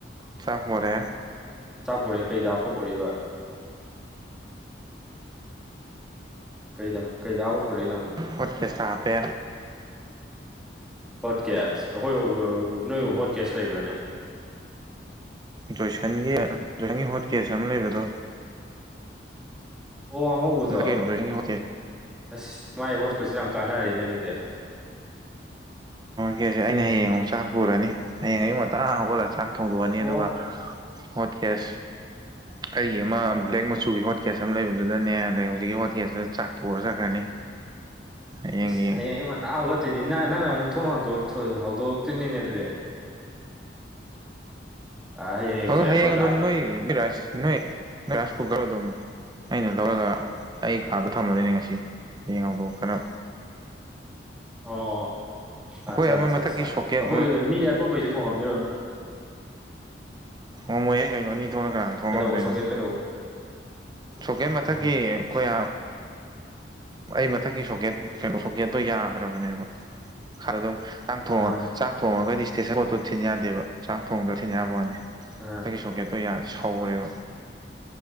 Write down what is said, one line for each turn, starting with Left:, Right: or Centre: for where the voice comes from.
Right: ꯆꯥꯛꯄꯣꯔꯛꯑꯦ꯫
Centre: ꯆꯥꯛꯄꯣꯔꯛ ꯑꯩ ꯀꯩꯗ ꯍꯥꯞꯄ ꯄꯣꯔꯛꯏꯕ ꯀꯩꯗ ꯀꯩꯗꯕ ꯍꯥꯞꯄ ꯄꯨꯔꯛꯏꯅꯣꯕꯥ
Right: ꯍꯣꯠ ꯀꯦꯁꯇ ꯍꯥꯞꯄꯦ
Centre: ꯍꯣꯠ ꯀꯦꯁ ꯑꯩꯈꯣꯏ ꯑꯣ-ꯑꯣ ꯅꯣꯏꯕꯨ ꯍꯣꯠ ꯀꯦꯁ ꯂꯩꯕ꯭ꯔꯥꯅꯦ
Right: ꯖꯣꯏꯁꯟꯒꯤ ꯖꯣꯏꯁꯟꯒꯤ ꯍꯣꯠ ꯀꯦꯁ ꯑꯃ ꯂꯩꯕꯗꯣ
Centre: ꯑꯣ ꯑꯉꯧꯕꯗꯣ
Right: <unintelligible> ꯌꯥꯎꯗꯦ
Centre: ꯑꯁ ꯃꯥꯏ ꯍꯣꯠꯀꯨꯁꯁꯨ ꯌꯥꯝ ꯀꯥꯟꯅꯔꯦꯅꯦ ꯑꯗꯨꯗꯤ
Right: ꯀꯦꯁꯦ ꯑꯩꯅ ꯍꯌꯦꯡ ꯑꯃꯨꯛ ꯆꯥꯛ ꯄꯨꯔꯅꯤ ꯍꯌꯦꯡ ꯑꯌꯨꯛ ꯉꯟꯇꯥ ꯍꯧꯒꯠꯂ ꯆꯥꯛ ꯊꯣꯡꯗꯣꯛꯑꯅꯤ
Centre: ꯑꯣ
Right: ꯑꯗꯨꯒ ꯍꯣꯠꯀꯦꯁ ꯑꯩꯒꯤ ꯑꯃ ꯕ꯭ꯂꯦꯛ ꯃꯆꯨꯒꯤ ꯍꯣꯠ ꯀꯦꯁ ꯑꯃ ꯂꯩꯕꯗꯨꯗꯅꯦ ꯑꯗꯩ ꯍꯨꯖꯤꯛꯀꯤ ꯍꯣꯠ ꯀꯦꯁꯇꯨꯗ ꯆꯥꯛ ꯄꯨꯔ ꯆꯠꯈ꯭ꯔꯅꯤ꯫
Centre: <inaudible>
Right: ꯍꯌꯦꯡꯒꯤ
Centre: ꯏꯁꯁ ꯍꯌꯦꯡ ꯑꯌꯨꯛ ꯉꯟꯇꯥꯥꯛ ꯍꯧꯒꯠꯇꯣꯏꯅꯤꯅ ꯅꯪꯅ ꯑꯃꯨꯛ ꯊꯣꯡꯍꯥꯡꯇꯣ-ꯊꯣ- ꯍꯧꯗꯣꯔꯛꯇꯣꯏꯅꯤꯅꯦ ꯑꯗꯨꯗꯤ꯫ ꯑ ꯍꯌꯦꯡ ꯑꯌꯨꯛꯁꯦ
Right: ꯑꯗꯨ
Centre: ꯑꯩꯈꯣꯏ
Right: ꯍꯌꯦꯡ ꯑꯗꯨꯝ
Centre: ꯀꯥꯁꯦ
Right: ꯅꯣꯏ ꯅꯁ ꯅꯣꯏ ꯔꯥꯏꯁ ꯀꯨꯀꯔ ꯑꯗꯨꯝ ꯑꯅ ꯇꯒꯒ ꯑꯩ ꯀꯥꯔꯗ ꯊꯝꯃꯅꯤꯅꯦ ꯉꯁꯤ ꯍꯌꯦꯡ ꯍꯧꯗꯣꯛꯇꯅꯕ
Centre: ꯑꯣ
Right: ꯑꯩꯈꯣꯏ
Centre: ꯑꯠꯆꯥ
Right: ꯑꯃ
Centre: ꯑꯠꯆꯥ
Right: ꯃꯊꯛꯀꯤ
Centre: ꯑꯠꯆꯥ
Right: ꯁꯣꯀꯦꯠ
Centre: ꯑꯩꯈꯣꯏꯒꯤ ꯃꯤ ꯑꯇꯣꯞꯄꯩꯁꯨ ꯊꯣꯡꯉꯝꯗꯣꯏꯔ
Right: ꯑꯣ ꯃꯣꯏ ꯌꯦ ꯀꯩꯅꯅꯣꯅꯤ ꯊ ꯊꯣꯛꯅ ꯀꯅꯥꯅ ꯊꯣꯛꯣꯡ
Centre: ꯀꯩꯗꯧꯕ
Right: ꯉꯝꯗꯣꯏꯅꯣ
Centre: ꯁꯣꯀꯦꯠ ꯀꯩꯗꯧꯕ
Right: ꯁꯣꯀꯦꯠ ꯃꯊꯛꯀꯤ
Centre: ꯎꯝ
Right: ꯑꯩꯈꯣꯏ ꯑꯩ ꯃꯊꯛꯀꯤ ꯁꯣꯀꯦꯠ ꯀꯩꯅꯣ ꯁꯣꯀꯦꯠꯇꯣ ꯌꯥꯗ꯭ꯔꯕꯅꯦꯕ ꯃꯈꯥꯗ ꯑꯗꯨꯝ ꯆꯥꯛ ꯊꯣꯡꯉ
Centre: ꯎꯝ
Right: ꯆꯥꯛ ꯊꯣꯡꯉꯒꯗꯤ ꯏꯁꯇꯦꯁꯟ ꯄꯣꯠꯇꯣ ꯊꯤꯟ ꯌꯥꯗꯦꯕ ꯆꯥꯛ ꯊꯣꯡꯗꯣ ꯊꯤꯟ ꯌꯥꯕꯅꯤ
Centre: ꯎꯝ
Right: ꯑꯩꯒꯤ ꯁꯣꯀꯦꯠꯇꯣ ꯌꯥ ꯁꯥꯎꯔꯦꯕ
Centre: ꯎꯝ